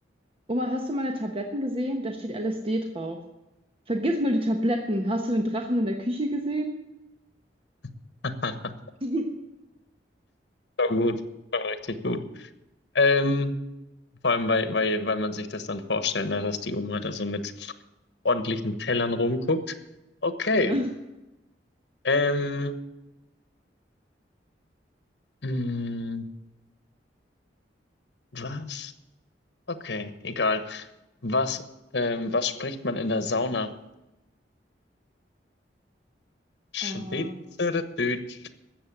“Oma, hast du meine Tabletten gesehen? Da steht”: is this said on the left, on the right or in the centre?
Right